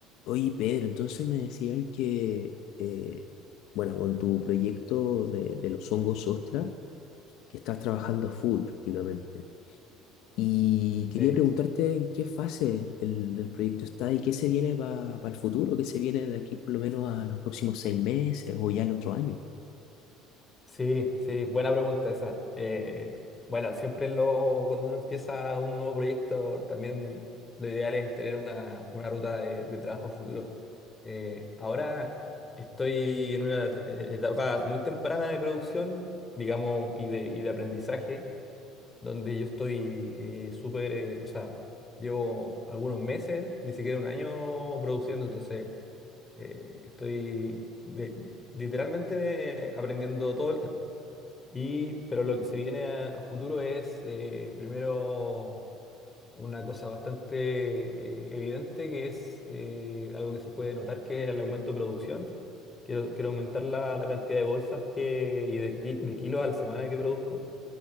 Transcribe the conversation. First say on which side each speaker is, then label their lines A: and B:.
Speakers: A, on the left; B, on the left.
A: Oye, Pedro, entonces me decías que, eh, bueno, con tu proyecto de, de los hongos ostra, que estás trabajando a full prácticamente. Y quería
B: Sí,
A: preguntarte en qué fase el, el proyecto está y qué se viene para el futuro, qué se viene de aquí por lo menos a los próximos seis meses o ya el otro año.
B: sí, sí, buena pregunta esa. Eh, bueno, siempre lo, cuando uno empieza un nuevo proyecto, también lo ideal es tener una, una ruta de, de trabajo futuro. Eh, ahora estoy en una et- e, etapa muy temprana de producción, digamos, y de, y de aprendizaje, donde yo estoy eh, súper, eh, o sea, llevo algunos meses, ni siquiera un año produciendo, entonces... Eh, estoy de- literalmente aprendiendo todo el tiempo. Y, pero lo que se viene a, a futuro es, eh, primero, una cosa bastante eh, evidente, que es eh, algo que se puede notar, que es el aumento de producción. Quiero, quiero aumentar la, la cantidad de bolsas que, y de, ki- de kilos a la semana que produzco.